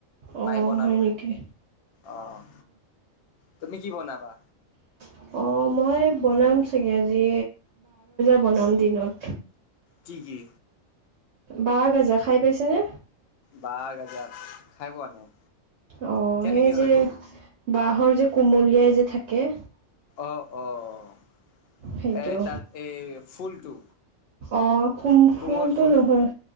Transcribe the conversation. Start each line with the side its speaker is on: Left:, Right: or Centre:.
Right: অঁ
Left: মায়ে বনাব,
Right: হয় নেকি
Left: অ', তুমি কি বনাবা?
Right: <inaudible> অ', মই বনাম চাগে আজি <unintelligible> বনাম দিনত।
Left: কি, কি?
Right: বাঁহৰ গাজা খাই পাইছানে?
Left: বাঁহৰ গাজা খাই পোৱা নাই।
Right: অ',
Left: কেনেকে
Right: সেই যে
Left: হয়তো
Right: বাঁহৰ যে কোমলিয়াই যে থাকে।
Left: অ', অ',
Right: সেইটো
Left: এই তাৰ এই ফুলটো!
Right: অ', কুম ফুলতটো
Left: কোমল ফুলটো
Right: নহয়,